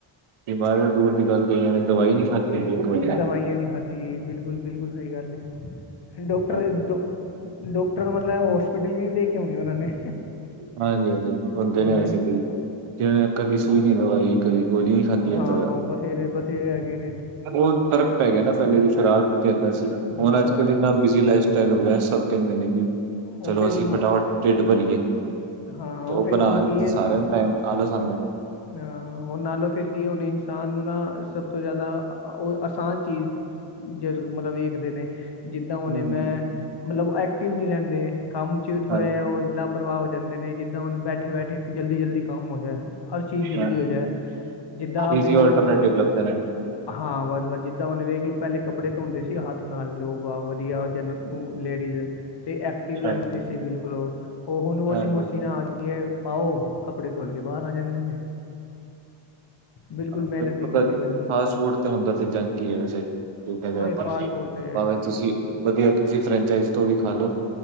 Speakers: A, on the right; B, on the left.
A: ਤੇ ਬਿਮਾਰੀ ਦੂਰ ਦੀ ਗੱਲ ਕਹੀਆਂ ਨੇੈਂ ਦਵਾਈ ਨੀ ਖਾਧੀ ਹੁੰਦੀ ਇੱਕ ਵਾਰੀ
B: ਦਵਾਈਆਂ ਨਹੀਂ ਖਾਧੀ, ਬਿਲਕੁਲ-ਬਿਲਕੁਲ ਸਹੀ ਗੱਲ ਹੈ। ਡਾਕਟਰ
A: ਹਾਂਜੀ
B: ਡੋ ਡਾਕਟਰ, ਮਤਲਬ ਹੋਸਪਿਟਲ ਵੀ ਨਹੀਂ ਦੇਖੇ ਹੋਗੇ ਉਹਨਾਂ ਨੇ
A: ਹਾਂਜੀ, ਹਾਂਜੀ। ਬੰਦੇ
B: ਉਹੀ
A: ਨੇ
B: ਤਾਂ
A: ਐਸੇ
B: ਹੈ।
A: ਕਈ ਜਿਨੇ ਕਦੀ ਸੂਈ ਨਹੀਂ ਲਵਾਈ। ਕਦੀ ਗੋਲੀ ਨਹੀਂ ਖਾਧੀ ਏਦਾਂ
B: ਹਾਂ,
A: ਦਾ
B: ਬਥੇਰੇ-ਬਥੇਰੇ ਹੈਗੇ ਨੇ
A: ਉਹ ਫ਼ਰਕ ਪੈ ਗਿਆ ਨਾ ਪਹਿਲੇ ਦੀ ਸਰਾਬ ਵੀ ਤੇ ਇਦਾਂ ਸੀ ਹੁਣ
B: ਬਸ
A: ਅੱਜ-ਕੱਲ
B: ਬਸ
A: ਇੰਨਾ ਬਿਜ਼ੀ ਲਾਈਫ <unintelligible> ਸਭ ਤੋ ਪਹਿਲੇ ਕਿ
B: ਉਹ
A: ਚਲੋ
B: ਫਿਰ
A: ਅਸੀਂ
B: ਮ-
A: ਫਟਾਫਟ ਢਿੱਡ ਭਰੀਏ।
B: ਹਾਂ
A: ਤੇ ਉਹ
B: ਫਿਰ
A: ਬਣਾ
B: ਉਹਨ ਕੀ
A: ਤੇ
B: ਹੈ
A: ਸਾਰਿਆਂ ਨੂੰ ਟਾਈਮ ਆਲਸ ਆਦਾ ਐ।
B: ਅ ਓ ਹੁਣ ਨਾਲੋਂ ਫਿਰ ਕੀ ਉਹਨੇ ਇਨਸਾਨ ਨੂੰ ਨਾ ਸਭ ਤੋਂ ਜ਼ਿਆਦਾ ਉਹ ਆਸਾਨ ਚੀਜ਼ ਜਦ ਮਤਲਬ ਵੇਖਦੇ ਨੇ ਜਿੱਦਾਂ ਹੁਣੇ
A: ਹੂੰ
B: ਮੈਂ ਮਤਲਬ ਓ ਐਕਟਿਵ ਨਈ ਰੈਂਦੇ ਕੰਮ 'ਚ ਥੋੜ੍ਹੇ
A: ਹਾਂਜੀ
B: ਇ ਓ ਲਵ ਪ੍ਰਵਾ ਹੋ ਜਾਂਦੇ ਨੇ ਜਿੱਦਾਂ ਹੁਣ ਬੈਠੇ-ਬੈਠੇ ਜਲਦੀ-ਜਲਦੀ ਕੰਮ ਹੋ ਜੇ। ਹਰ ਚੀਜ਼ ਜਲਦੀ
A: ਹਾਂਜੀ
B: ਹੋ ਜਾਏ ਜਿੱਦਾਂ ਵੇਖ
A: ਈਜ਼ੀ
B: ਲੋ
A: ਆਲਟਰਨੇਟਿਵ ਲੱਭਦੇ ਨੇ
B: ਹਾਂ ਬਸ-ਬਸ ਜਿੱਦਾਂ ਉਹਨੇ ਵੇਖ ਲੋ ਪੈਲੇ ਕੱਪੜੇ ਧੋਂਦੇ ਸੀ ਹੱਥ ਨਾਲ ਲੋਗ ਆ ਵਧੀਆ ਜਨ ਓ ਲੇਡੀਜ਼ ਤੇ ਐਕਟਿਵ ਰੈਂਦੇ
A: ਹਾਂਜੀ
B: ਸੀ ਬਿਲਕੁਲ ਓ-ਓ ਹੁਣ ਵਾਸ਼ਿੰਗ
A: ਹਾਂਜੀ
B: ਮਸ਼ੀਨ ਆਗੀ ਆਂ ਪਾਓ ਕੱਪੜੇ ਧੁਲ ਕੇ ਬਾਰ ਆ ਜਾਂਦੇ। ਬਿਲਕੁਲ
A: ਆ
B: ਮਿਹਨਤ
A: ਵੇਖੋ
B: ਨਹੀਂ ਕਰਨੀ ਪੈਂਦੀ
A: ਫਾਸਟ ਫੂਡ ਤੇ ਹੁੰਦਾ ਤੇ ਜੰਕ ਹੀ ਹੈ ਵੈਸੇ ਠੀਕ ਹੈ ਜ
B: ਔਰ ਇਹ ਫਾਸਟ ਫੂਡ ਤੇ
A: ਭਾਵੇਂ ਤੁਸੀ ਵਧੀਆ ਕਿਸੀ ਫਰੈਂਚਾਈਜ਼ ਤੋਂ ਵੀ ਖਾ ਲੋ